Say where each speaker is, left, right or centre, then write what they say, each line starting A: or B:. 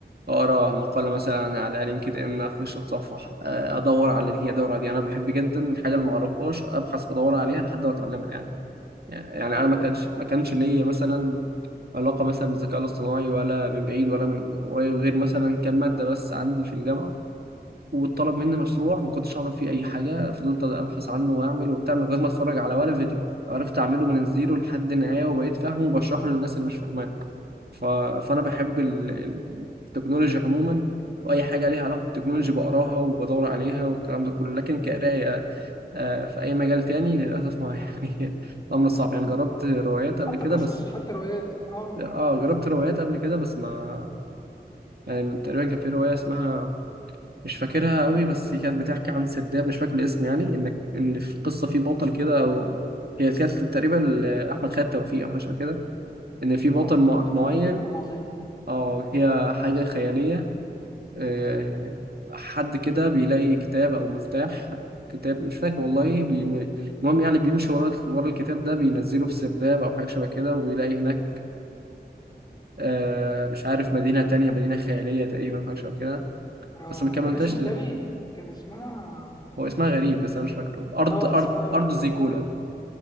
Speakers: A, on the right; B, on the left.
A: اقرا مقاله مثلا على لينكد ان اخش اتصفح آه، ادور على دي ادور على دي انا بحب جدا الحاجه اللي ما اعرفهاش ابحث وادور عليها لحد ما اتعلمها يعني يعني يعني
B: أيوه
A: انا ما
B: أيوه
A: كانش ما كانش ليا مثلا علاقه مثلا بالذكاء الاصطناعي ولا من بعيد ولا من قريب غير مثلا كام ماده بس عندي في الجامعه واتطلب مني مشروع ما كنتش اعرف فيه اي حاجه فضلت ابحث عنه واعمل وبتاع من غير ما اتفرج على ولا فيديو عرفت اعمله من الزيرو لحد النهايه وبقيت فاهمه وبشرحه للناس اللي مش فاهماه ف... فانا بحب ال... ال- التكنولوجي عموما واي حاجه ليها علاقه بالتكنولوجي بقراها وبدور عليها والكلام ده كله لكن كقرايه آه، في اي مجال تاني للاسف ما <laughs> يعني الامر صعب يعني جربت روايات قبل
B: حتى
A: كده
B: قصص
A: بس
B: حتى روايات أه
A: اه جربت روايات قبل كده بس ما يعني تقريبا كان في روايه اسمها مش فاكرها قوي بس هي كانت بتحكي عن سرداب مش فاكر الاسم يعني ان ان في قصه في بطل كده او هي كانت تقريبا لاحمد خالد توفيق او حاجه شبه كده ان في بطل
B: أه
A: مع-
B: أخي
A: معين
B: التوفيق كتاب عظيم
A: اه هي حاجه خياليه آه، حد كده بيلاقي كتاب او مفتاح كتاب مش فاكر والله بي... المهم يعني بيمشي ورا ورا الكتاب ده بينزله في سرداب او حاجه شبه كده وبيلاقي هناك آه، مش عارف مدينه تانية مدينه خياليه تقريبا أو حاجه شبه كده
B: آه،
A: بس ما كملتهاش
B: كان اسمه تالي كان اسمها
A: هو اسمها غريب بس انا مش فاكره ارض
B: أه
A: ارض
B: اسمها
A: ارض
B: لا
A: زيكولا